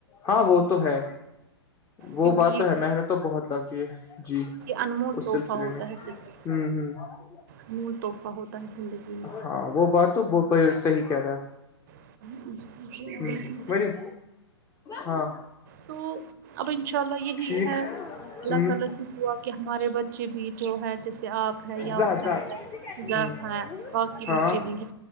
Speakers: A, on the left; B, on the right.
A: ہاں وہ تو ہے وہ
B: کیونکہ
A: بات
B: یہ
A: تو ہے محنت تو بہت لگتی ہے جی
B: انمٹ
A: اس
B: تحفہ
A: سلسلے
B: ہوتا
A: میں
B: ہے صرف
A: ہوں ہوں <unintelligible>
B: مول تحفہ ہوتا ہے زندگی
A: ہاں وہ بات تو ب صحیح کہ تھا
B: میں جی جی
A: ہ
B: بالکل
A: ہو ہاں
B: تو اب انشاء اللہ یہی
A: ٹھیک
B: ہے
A: ہوں
B: اپ کے ہمارے بچے بھی جو ہے جسے اپ ہیں یا
A: زہت
B: وہ جانتے
A: زہت
B: ہیں ضاف
A: ہ
B: اورق کی
A: ہاں
B: بچے بھی ہیں